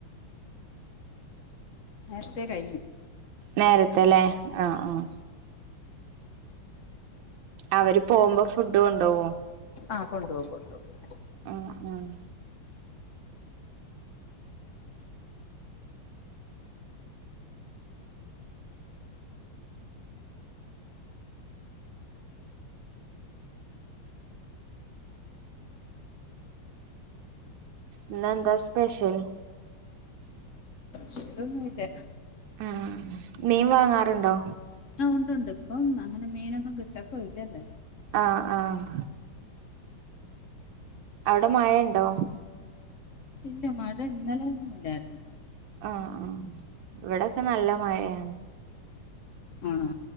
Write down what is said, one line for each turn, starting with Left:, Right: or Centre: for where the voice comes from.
Left: നേരത്തെേ കഴിഞ്ഞു.
Right: നേരത്തെലേ ആഹ് ആഹ്. അവര് പോവുമ്പോ ഫുഡ് കൊണ്ടോവോ?
Left: ആഹ് കൊണ്ടോകും കൊണ്ടോകും.
Right: ഉം ഉം. ഇന്നന്താ സ്പെഷ്യൽ?
Left: ശെ ഒന്നുല്യ.
Right: ആഹ് മീൻ വാങ്ങാറുണ്ടോ?
Left: ആ ഉണ്ട്ണ്ട് ഇപ്പം അങ്ങനെ മീനൊന്നും കിട്ടക്ക ഇല്ലല്ലോ.
Right: ആഹ് ആഹ് അവ്ടെ മഴ ഇണ്ടോ?
Left: ഇല്ല മഴ ഇന്നലൊന്നും ല്ലായിര്ന്നു.
Right: ആഹ് ആഹ് ഇവിടൊക്കെ നല്ല മഴേണ്.
Left: ആണോ?